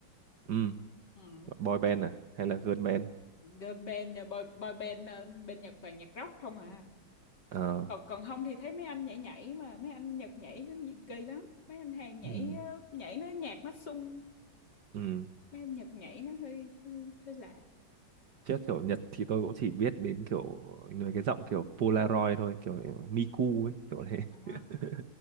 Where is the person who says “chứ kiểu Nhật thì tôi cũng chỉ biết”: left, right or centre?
Right